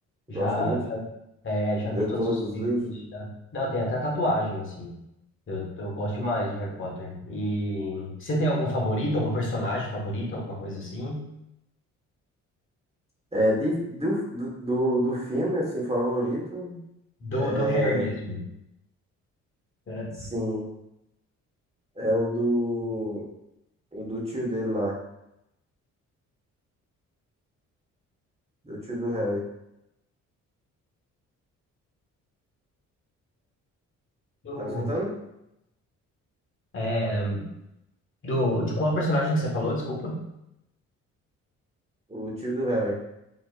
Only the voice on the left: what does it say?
Já,
já, é, já
vi todos
os
filmes,
já. Não, tem até tatuagem, assim. Eu, eu gosto demais de Harry Potter. E você tem algum favorito, algum personagem favorito, alguma coisa assim?
Do,
do Harry mesmo. Pera-
Do,
é, do, de qual personagem que você falou, desculpa?